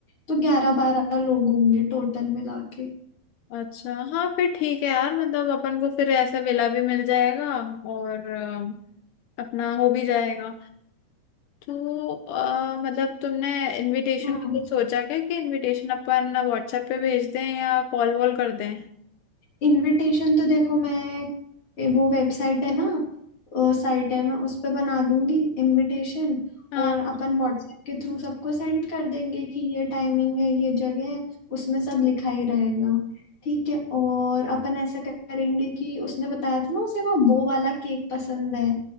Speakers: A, on the left; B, on the left.
A: तो ग्यारह बारह लोग होंगे टोटल मिला के
B: अच्छा हाँ फिर ठीक है यार मतलब अपन को फिर ऐसे वेला भी मिल जाएगा और अपना हो भी जाएगा तो अ, मतलब तुमने इनविटेशन
A: हम्म
B: का कुछ सोचा क्या कि इनविटेशन अपन व्हाट्सएप पे भेज दें या कॉल वॉल कर दें
A: इनविटेशन तो देखो मैं ए, वो वेबसाइट है ना साइट है मैं उस पे बना लूंगी इनविटेशन
B: हाँ
A: और अपन व्हाट्सएप के थ्रू सबको सेंड कर देंगे कि ये टाइमिंग है ये जगह है उसमें सब लिखा ही रहेगा ठीक है और अपन ऐसा करेंगे कि उसने बताया था ना उसे वो बो वाला केक पसंद है